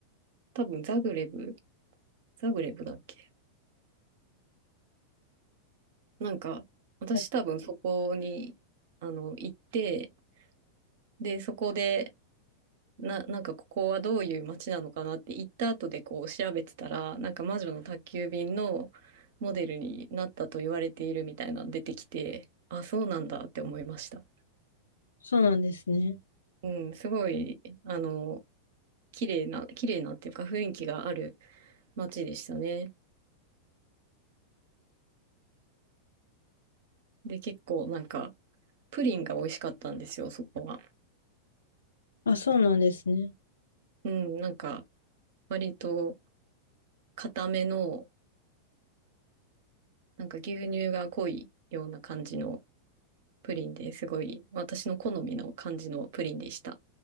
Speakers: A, on the right; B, on the left.
A: 多分ザグレブ、ザグレブだっけなんか、私多分そこに、
B: はい
A: あの、行って、で、そこで、な、なんかここはどういう街なのかなって行った後でこう調べてたら、なんか魔女の宅急便のモデルになったと言われているみたいなの出てきて、あ、そうなんだって思いました。
B: そうなんですね。
A: うん、すごい、あの、綺麗な、綺麗なっていうか雰囲気がある街でしたね。で、結構なんか、プリンが美味しかったんですよ、そこは。
B: あ、そうなんですね。
A: うん、なんか、割と固めの、なんか牛乳が濃いような感じのプリンですごい、私の好みの感じのプリンでした。